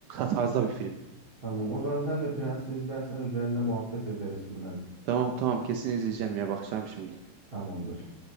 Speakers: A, on the right (about 85°); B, on the right (about 30°).
A: tarzda bir film.
B: Tamam o zaman sen de Prens'i izlersen üzerinde muhabbet ederiz bunların.
A: Tamam tamam kesin izleyeceğim ya bakacağım şimdi.
B: Tamamdır.